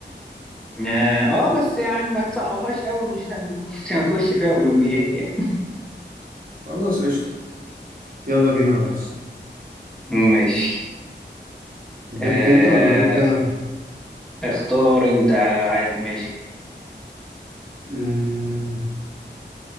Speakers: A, in the centre; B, on the right (about 50°).
A: اه آه، بس يعني ما تصعبهاش قوي مش هن... مش هنخش فيها اولمبيات يعني
B: خلاص قشطة يلا بينا يا ريس
A: ماشي
B: بيك
A: آه...
B: انت ولا بيك انا
A: اختار انت عادي ماشي
B: امم